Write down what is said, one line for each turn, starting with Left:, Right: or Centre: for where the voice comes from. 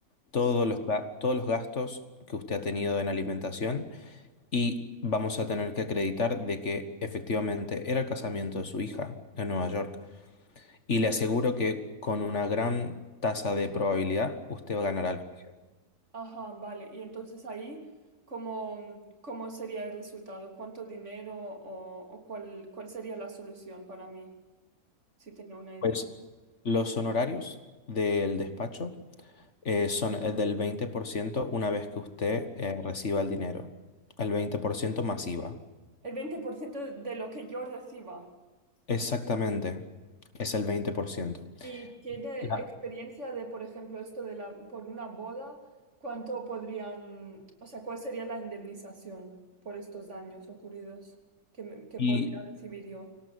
Left: todos
Right: S-
Left: los, ga- todos los gastos que usted ha tenido en alimentación y vamos a tener que acreditar de que efectivamente era el casamiento de su hija en Nueva York. y le aseguro que con una gran tasa de probabilidad usted
Right: Ajá,
Left: ganará el juicio.
Right: Ajá, vale. Y entonces ahí, ¿cómo, cómo sería el resultado? ¿Cuánto dinero o, o cuál, cuál sería la solución para mí? Si tiene una idea.
Left: Pues los honorarios del despacho eh, son el del 20% una vez que usted eh, reciba el dinero. El 20% más IVA.
Right: El 20% de lo que yo reciba.
Left: Exactamente, es el 20%.
Right: ¿Y tiene
Left: La-
Right: experiencia de, por ejemplo, esto de la, por una boda, cuánto podrían, o sea, cuál sería la indemnización por estos daños ocurridos que, me- que
Left: ¿Y
Right: podría recibir yo?